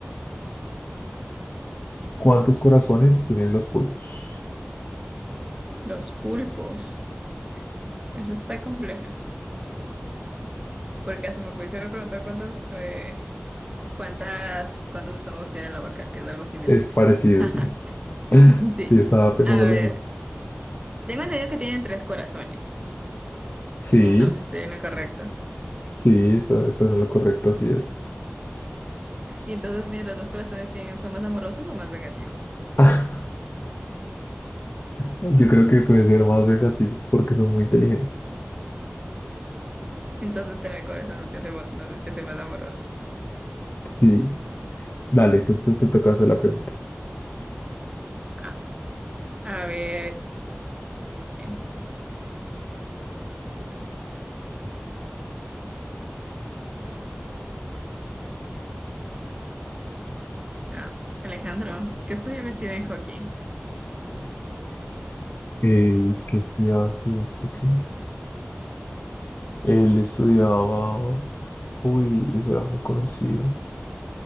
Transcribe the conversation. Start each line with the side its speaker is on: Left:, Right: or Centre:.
Left: ¿cuántos corazones tienen los pulpos?
Right: Los pulpos. Eso está compleja. Porque hasta me pudiste haber preguntado cuántas, eh, cuántas, cuántos estómagos tiene la vaca, que es algo similar.
Left: Es parecido,
Right: <laughs>
Left: sí.
Right: Sí.
Left: Sí, estaba pensando
Right: A
Left: lo
Right: ver,
Left: mismo.
Right: tengo entendido que tienen tres corazones.
Left: Sí,
Right: No sé si estoy en lo correcto.
Left: sí, esa- estás es lo correcto, así es.
Right: Y entonces, mira, ¿los dos corazones tienen, son más amorosos o más vengativos?
Left: <laughs> Yo creo que pueden ser más vengativos porque son muy inteligentes.
Right: Entonces tener corazón no te hace, bo- no te hace más amoroso.
Left: Sí, dale, entonces te toca hacer la pregunta.
Right: Ah, a ver, ¿quién? Ah, Alejandro, ¿qué estudiaba Stephen Hawking?
Left: Eh, ¿qué estudiaba Stephen Hawking? Él estudiaba... Uy, eso era muy conocido.